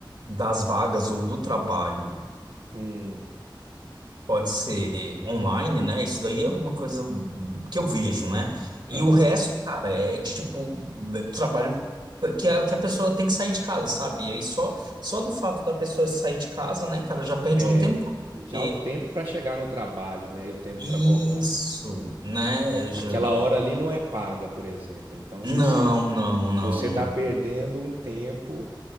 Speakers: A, on the right (about 65°); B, on the right (about 80°).
A: Das vagas ou do trabalho
B: hum,
A: pode ser online, né? Isso daí é uma coisa que eu vejo, né? E
B: aham.
A: o resto, cara, é é tipo é trabalho que a, que a pessoa tem que sair de casa, sabe? E aí só, só do fato da pessoa sair de casa, né, cara, já perde um
B: É,
A: tempo.
B: já
A: Porque
B: o tempo para chegar no trabalho, né? E o tempo
A: isso,
B: para voltar.
A: né? já-
B: Aquela hora ali não é paga, por exemplo. Então
A: Não,
B: você
A: não, não.
B: você está perdendo um tempo